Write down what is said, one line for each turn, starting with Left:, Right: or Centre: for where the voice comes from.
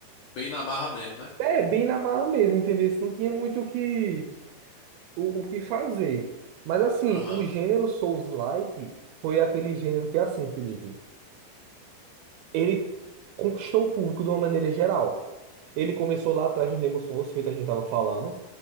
Left: Bem na marra mesmo, né?
Right: É, bem na marra mesmo, entendeu? Isso Não tinha muito o que, o, o que fazer. Mas assim,
Left: Aham.
Right: o gênero Souls-like foi aquele gênero que é assim, Felipe. ele conquistou o público de uma maneira geral. Ele começou lá atrás no Demon Souls, feito a gente tava falando.